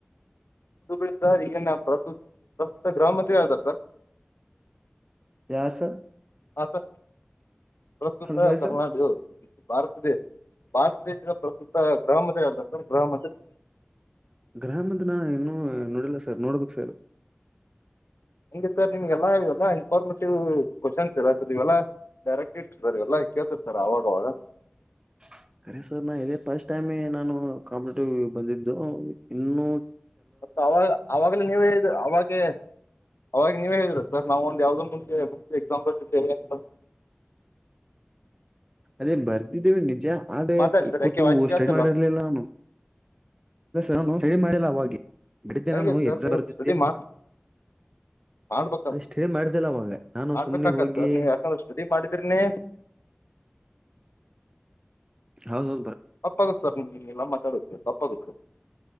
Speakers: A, on the left; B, on the right.
A: ಬಿ ಸರ್ ಈಗನ್ ಪ್ರಸ್ತುತ ಪ್ರಸ್ತುತ ಗ್ರಹ ಮಂತ್ರಿ ಯಾವ್ದಾರ
B: ಯಾರ್ ಸರ್
A: ಹ ಸರ್ ಪ್ರಸ್ತುತ
B: ಅದ ಹೇಳ
A: ಕರ್ನಾಟಕವು ಭಾರತದೇಶ ಭಾರತ ದೇಶದ ಪ್ರಸ್ತುತ ಗ್ರಾಮದ ಗ್ರಾಮದಲ್ಲಿ
B: ಗ್ರಾಮದ ನಾನು ಇನ್ನುೂ ನೋಡಿಲ್ಲ ಸರ್ ನೋಡ್ಬೇಕ ಸರ್
A: ಹಂಗೆ ಸರ್ ನಿಮ್ಗೆಲ್ಲಾ ಇವೆಲ್ಲ ಇನ್ಫಾರ್ಮೇಟಿವ್ ಕ್ವಶನ್ಸ್ ಇರಹಂದದ್ದು ಸರ್ ಇವೆಲ್ಲಾ ಡೈರೆಕ್ಟ್ ಇವೆಲ್ಲ ಕೇಳ್ತರ್ ಸರ್ ಆವಾಗವಾಗ
B: <inaudible> ಸರ್ ನಾ ಇದೇ ಫಸ್ಟ್ ಟೈಮ್ ನಾನು ಕಾಂಪಿಟೇಟಿವ್ ಬಂದಿದ್ದು ಇನ್ನುೂ
A: ಮತ್ ಅವಾಗ ಅವಾಗ್ಲೇ ನೀವ ಹೇಳಿದ್ರಿ ಅವಾಗ್ಲೇ ಅವಾಗ ನೀವೇ ಹೇಳಿದರು ಸರ್ ನಾವು ಯಾವ್ದೋ ಮುಂಚೆ ಮುಂಚೆ ಎಕ್ಸಾಮ್ ಬರೆದಿದೀವಿ ಅಂತ
B: ಅದೇ ಬರ್ದಿದ್ದೇವಿ ನಿಜ ಆದೇ
A: ಮಾತಾಡಿ ಸರ್
B: ಕೂತಿ
A: ಯಾಕೆ ವಾಯ್ಸ್ ಕೇಳ್ತಲ್ಲ
B: ಸ್ಟಡಿ ಮಾಡಿರ್ಲಿಲ್ಲ ಅವು ನಾನು ಸ್ಟಡಿ ಮಾಡಿಲ್ಲ ಅವಗೇ
A: ಹೆಂಗೆ
B: ನಾನು
A: ಸರ್
B: ಎಕ್ಸಾಮ್
A: ನೀವು
B: ಬರೆದಿದ್ದೆ
A: ಸ್ಟಡಿ
B: <inaudible>
A: ಮಾ ಮಾಡ್ಬೇಕ
B: ಸ್ಟಡಿ ಮಾಡ್ದಿಲ್ಲ ಅವಾಗ ನಾನು
A: ಮಾಡ್ಬೇಕಾಗತ್
B: ಸುಮ್ನೆ ಹೋಗಿ
A: ಸರ್ ನೀವು ಯಾಕಂದ್ರೆ ಸ್ಟಡಿ ಮಾಡಿದ್ರನೇ
B: ಹೌ ಹೌದು
A: ತಪ್ಪಾಗುತ್ತೆ ಸರ್ ನೀವು ಇಂಗೆಲ್ಲ ಮಾತಾಡೋದು ತಪ್ಪಾಗುತ್ತೆ ಸರ್